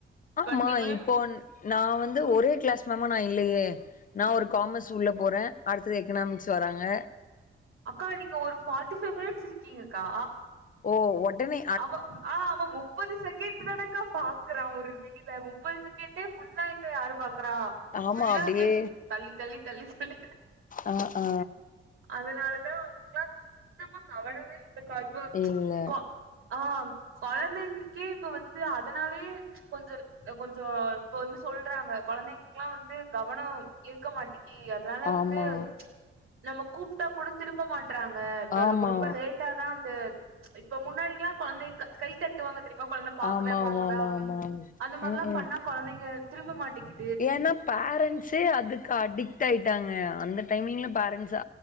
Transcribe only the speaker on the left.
ஆமா
இப்போன் நா வந்து ஒரே க்ளாஸ் மேமா நா இல்லயே நா ஒரு காமஸ் உள்ள போறே அடுத்தது எக்கனாமிக்ஸ் வராங்க
ஓ ஒடனே
ஆமா
அப்படியே
ஆ ஆ
இல்ல
ஆமா
ஆமா
ஆமா
ஆமா ஆமா
ஆமா
ம் ம்
ஏன்னா ப்பேரண்ஸே அதுக்கு அடிக் டாய்ட்டாங்க அந்த டைமிங்ல ப்பேரண்சு